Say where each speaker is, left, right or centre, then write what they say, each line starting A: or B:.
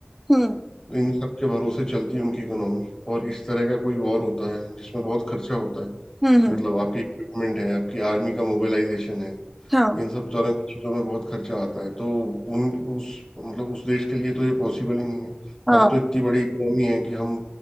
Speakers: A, in the centre; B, on the left.
A: हम्म
B: इन सब के भरोसे चलती है उनकी इकोनॉमी और इस तरह का कोई वॉर होता है जिसमें बहुत खर्चा होता है
A: हम्म हम्म,
B: मतलब आपके इक्विपमेंट है आपकी आर्मी का मोबिलाइजेशन है
A: हाँ
B: इन सब तरह की चीज़ों में बहुत खर्चा आता है तो उन उस मतलब उस देश के लिए तो ये पॉसिबल ही नहीं है
A: हाँ
B: हम तो इतनी बड़ी इकोनॉमी है कि हम